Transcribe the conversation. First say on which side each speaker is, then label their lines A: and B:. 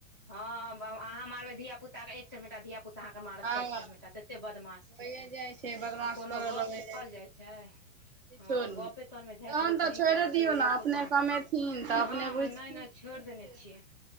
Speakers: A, on the right; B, on the right.
A: हँ आब अहाँ मारबै धिया पुता एक चमेटा धिया पु ताअहाँ कऽ मारत
B: हँ
A: चाइर चमेटा तते बदमाश
B: होइए
A: छै से
B: जाइ छै बदमाश
A: आ कोनो
B: करय
A: गप
B: लगै
A: कहल जाइ छै
B: किछो
A: हँ
B: नहि
A: गपे तोन मे झाँपि
B: तहन
A: देत
B: तऽ
A: आही
B: छोड़ि
A: केँ अहाँ
B: दियौ
A: कहियो
B: ने
A: ए
B: अपने
A: गो तऽ अहाँ
B: कमेथिन
A: कऽ
B: तऽ
A: हँ
B: अपने बुझथिन
A: हँ नय - नय
B: बुझतै
A: छोइड़ देने छियै